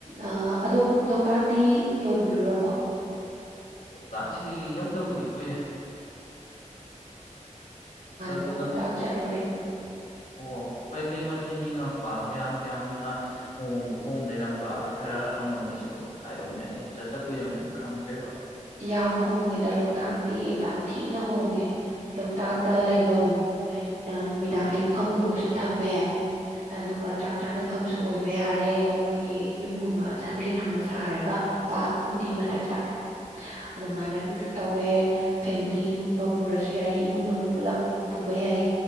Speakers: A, on the right; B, on the left.
A: ꯑꯥ ꯑꯗꯣꯝ ꯂꯣꯛꯇꯥꯛꯇꯤ ꯌꯧꯕꯤꯔꯨꯔꯕꯣ꯫
B: ꯂꯣꯛꯇꯥꯛꯁꯤ ꯌꯧꯗꯕꯗꯤ ꯀꯨꯏꯔꯦ꯫
A: ꯅꯍꯥꯟ
B: ꯑꯗꯨꯅ
A: ꯑꯃꫭꯛ ꯂꯣꯛꯇꯥꯛ ꯆꯠꯂꯨꯔꯦ꯫
B: ꯑꯣ ꯀꯩꯀꯩ ꯃꯊꯦꯜ ꯌꯦꯡꯉꯛꯄ ꯀꯌꯥꯝ ꯀꯌꯥꯝꯅ꯫ ꯍꯣꯡꯗ ꯍꯣꯡ ꯂꯩꯔꯝꯕ ꯈꯔ ꯑꯩꯉꯣꯟꯗꯁꯨ ꯍꯥꯏꯔꯛꯎꯅꯦ ꯑꯩꯁꯨ ꯆꯠꯇ ꯀꯨꯏꯗꯧꯃꯦꯅ ꯈꯪꯗ꯭ꯔꯦꯕ
A: ꯌꯥꯝ ꯍꯣꯡꯉꯦꯗ ꯂꯣꯛꯇꯥꯛꯇꯤ ꯌꯥꯝ ꯊꯤꯅ ꯍꯣꯡꯉꯦ ꯂꯣꯛꯇꯥꯛꯇ ꯂꯩꯐꯝ ꯅꯨꯃꯤꯗꯥꯡ ꯂꯤꯛꯐꯝꯒꯨꯝꯕꯁꯨ ꯊꯝꯃꯦ ꯑ ꯑꯗꯨ ꯀ <inaudible> ꯆꯥꯛ ꯆꯥꯅꯐꯝꯁꯨ ꯑꯣꯏꯕ ꯌꯥꯔꯦ ꯃꯣꯏꯒꯤ ꯌꯨꯝꯒꯨꯝꯕ ꯁꯪꯂꯦꯟꯒꯨꯝꯕ ꯁꯥꯔꯒ ꯄꯥ ꯐꯨꯡꯗꯤ ꯃꯊꯛꯇ ꯑꯗꯨꯃꯥꯏꯅ ꯀꯣꯏꯁꯨ ꯇꯧꯋꯦ ꯐꯦꯃꯤꯂꯤꯒꯨꯝꯕ ꯄꯨꯔꯁꯨ ꯌꯥꯏ ꯏꯃꯨꯡ ꯃꯅꯨꯡ ꯄꯨꯂꯞ ꯄꯨꯕ ꯌꯥꯏ